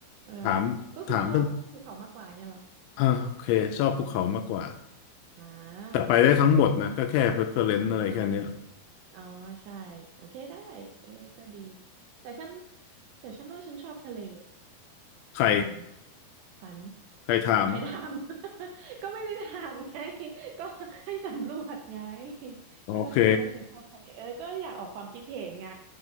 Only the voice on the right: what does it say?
เออ
ก็คือชอบภูเขามากกว่าเงี้ยเหรอ
อืมอ่า
โอเคอ่าอ๋อใช่โอเคได้เออก็ดีแต่ฉันแต่ฉันว่าฉันชอบทะเล
อืมฉัน
ใครทำ <laughs> ก็ไม่ได้ทำไง <laughs> ก็ให้สำรวจไง
เออฉันว่าฉันชอบทะเลเออก็อยากออกความคิดเห็นไง